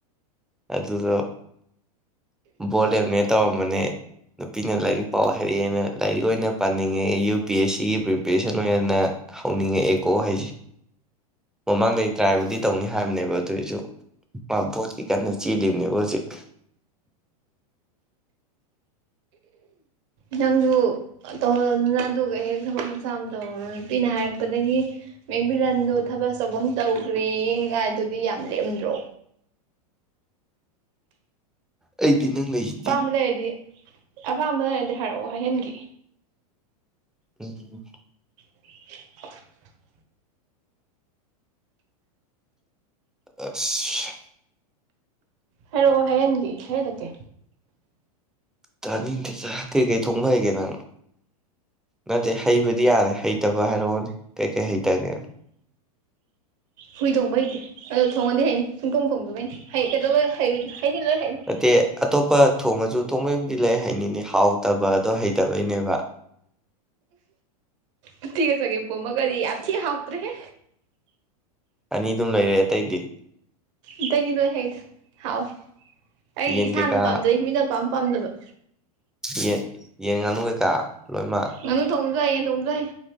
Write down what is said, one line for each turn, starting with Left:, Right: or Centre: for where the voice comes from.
Centre: ꯑꯗꯨꯗꯣ ꯚꯣꯠ ꯂꯦꯞꯅꯦ ꯇꯧꯔꯝꯕꯅꯦ ꯅꯨꯄꯤꯅ ꯂꯥꯏꯔꯤꯛ ꯄꯥꯎ ꯍꯥꯏꯔꯛꯑꯦꯅ ꯂꯥꯏꯔꯤꯛ ꯑꯣꯏꯅ ꯄꯥꯅꯤꯡꯉꯦ ꯌꯨ ꯄꯤ ꯑꯦꯁ ꯁꯤꯒꯤ ꯄ꯭ꯔꯤꯄꯦꯔꯦꯁꯟ ꯑꯣꯏꯅ ꯍꯧꯅꯤꯡꯉꯛꯑꯦꯀꯣ ꯍꯥꯏꯁꯦ ꯃꯃꯥꯡꯗꯩ ꯇ꯭ꯔꯥꯏꯕꯨꯗꯤ ꯇꯧꯅꯤ ꯍꯥꯏꯕꯅꯦꯕ ꯑꯗꯨꯑꯣꯏꯁꯨ ꯃꯥ ꯚꯣꯠꯀꯤ ꯀꯟꯅ ꯆꯦꯜꯂꯤꯅꯦꯕ ꯍꯧꯖꯤꯛ
Right: ꯅꯪꯁꯨ ꯇꯧꯍꯜꯂꯣꯗꯅ ꯑꯗꯨꯒ ꯍꯦꯛ ꯊꯕꯛ ꯃꯆꯥ ꯑꯃ ꯍꯦꯛ ꯇꯧꯍꯧꯔꯣ ꯅꯨꯄꯤꯅ ꯍꯥꯏꯔꯛꯄꯗꯒꯤ ꯃꯦꯡꯕꯤꯔꯟꯗꯣ ꯊꯕꯛ ꯑꯆꯧꯕ ꯑꯃ ꯇꯧꯈ꯭ꯔꯦꯌꯦ ꯀꯥꯏꯗꯨꯗꯤ ꯌꯥꯝ ꯂꯦꯝꯗ꯭ꯔꯣ
Centre: ꯑꯩꯗꯤ ꯅꯪ ꯂꯩꯖꯤ
Right: ꯑꯄꯥꯝꯕ ꯂꯩꯔꯗꯤ ꯑꯄꯥꯝꯕ ꯂꯩꯔꯗꯤ ꯍꯥꯏꯔꯛꯑꯣ ꯍꯥꯏꯍꯟꯒꯦ
Centre: ꯎꯝꯎꯝ
Right: <unintelligible>
Centre: ꯑꯁ
Right: ꯍꯥꯏꯔꯛꯑꯣ ꯍꯥꯏꯍꯟꯒꯦ ꯍꯥꯏꯍꯜꯂꯛꯀꯦ
Centre: ꯇꯥꯅꯤꯡꯗꯦ ꯆꯥꯛ ꯀꯩꯀꯩ ꯊꯣꯡꯕ ꯍꯩꯒꯦ ꯅꯪ ꯅꯠꯇꯦ ꯍꯩꯕꯗꯤ ꯌꯥꯔꯦ ꯍꯩꯇꯕ ꯍꯥꯏꯔꯛꯑꯣꯅꯦ ꯀꯩꯀꯩ ꯍꯩꯇꯒꯦ
Right: ꯍꯨꯏ ꯊꯣꯡꯕ ꯍꯩꯇꯦ ꯑꯗꯣ ꯊꯣꯡꯉꯗꯤ ꯍꯩꯅꯤ ꯁꯨꯡꯊꯣꯡ ꯊꯣꯡꯗꯕꯩꯅꯤ ꯍꯩ ꯀꯩꯗꯧꯕꯒꯤ ꯍꯩ ꯍꯩꯅꯤ ꯂꯣꯏ ꯍꯩꯅꯤ
Centre: ꯅꯠꯇꯦ ꯑꯇꯣꯞꯄ ꯊꯣꯡꯉꯁꯨ ꯊꯣꯡꯕꯩꯕꯨꯗꯤ ꯂꯩ ꯍꯩꯅꯤꯅꯦ ꯍꯥꯎꯇꯕꯗꯣ ꯍꯩꯇꯕꯩꯅꯦꯕ
Right: ꯎꯇꯤꯒ ꯆꯒꯦꯝꯄꯣꯝꯕꯒꯗꯤ ꯌꯥꯝ ꯊꯤ ꯍꯥꯎꯇ꯭ꯔꯦꯍꯦ
Centre: ꯑꯅꯤꯗꯨꯝ ꯂꯩꯔꯦ ꯑꯇꯩꯗꯤ
Right: ꯑꯇꯩꯒꯤ ꯂꯣꯏ ꯍꯩꯗ ꯍꯥꯎꯏ ꯑꯩ
Centre: ꯌꯦꯟ
Right: ꯏꯁꯥꯅ
Centre: ꯀꯩꯀꯥ
Right: ꯄꯥꯝꯖꯩ ꯃꯤꯅ ꯄꯥꯥꯝ ꯄꯥꯝꯗꯕ
Centre: ꯌꯦ ꯌꯦꯟ ꯉꯥꯅꯨ ꯀꯩꯀꯥ ꯂꯣꯏꯃꯛ
Right: ꯉꯥꯅꯨ ꯊꯣꯡꯕꯖꯨ ꯍꯩ ꯌꯦꯟ ꯊꯣꯡꯕꯖꯨ ꯍꯩ